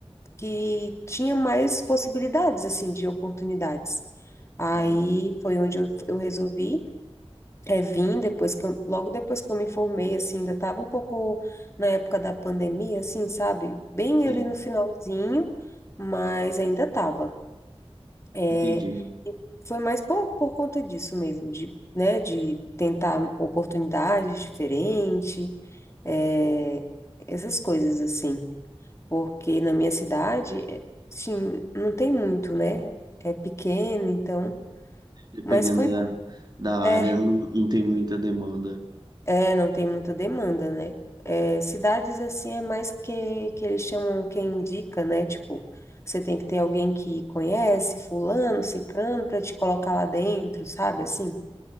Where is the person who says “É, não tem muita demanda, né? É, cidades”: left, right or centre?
Left